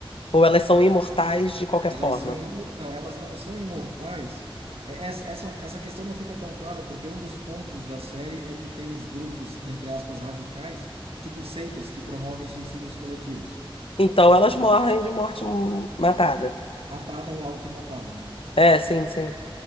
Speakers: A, on the left (about 70°); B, on the right (about 85°).
A: Ou elas são imortais de qualquer
B: Elas
A: forma.
B: são imo... não, elas não são imortais. É, Essa, essa, essa questão não fica tão clara porque um dos pontos da série é que tem uns grupos, entre aspas, radicais, tipo seitas que promovem suicídios coletivos,
A: Então elas morrem de morte hum, matada.
B: matada ou automatada, né?
A: É, sim, sim.